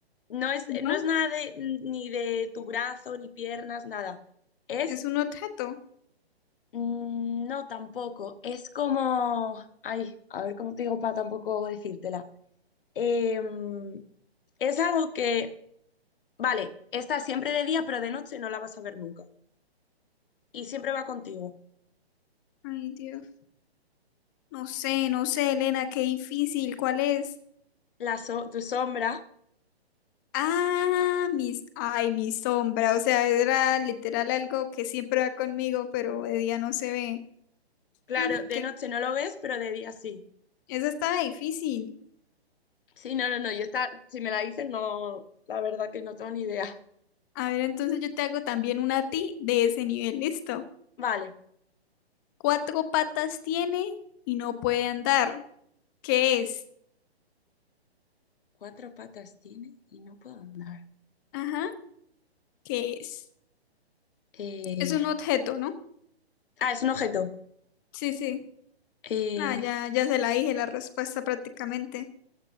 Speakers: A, on the left; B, on the left.
A: no es,
B: ¿No?
A: no es nada de, ni de tu brazo, ni piernas, nada. Es
B: ¿Es un objeto?
A: Mm, No, tampoco. Es como, ay, a ver cómo te digo para tampoco decírtela. Em, es algo que, vale, está siempre de día, pero de noche no la vas a ver nunca. Y siempre va contigo.
B: Ay, Dios. No sé, no sé, Elena, qué difícil. ¿Cuál es?
A: La so- tu sombra,
B: Ah, mis, ay, mi sombra, o sea, era literal algo que siempre va conmigo, pero de día no se ve.
A: claro,
B: Mm,
A: de
B: que-
A: noche no lo ves, pero de día sí.
B: esa estaba difícil.
A: Sí, no, no, no. Yo esta, si me la dices, no, la verdad que no tengo ni idea.
B: A ver, entonces yo te hago también una a ti de ese nivel, listo.
A: Vale.
B: Cuatro patas tiene y no puede andar. ¿Qué es?
A: Cuatro patas tiene y no puedo andar.
B: Ajá, ¿qué es?
A: Eh,
B: Es un objeto, ¿no?
A: Ah, es un objeto.
B: Sí, sí.
A: Eh,
B: Ah, ya, ya se la dije la respuesta prácticamente.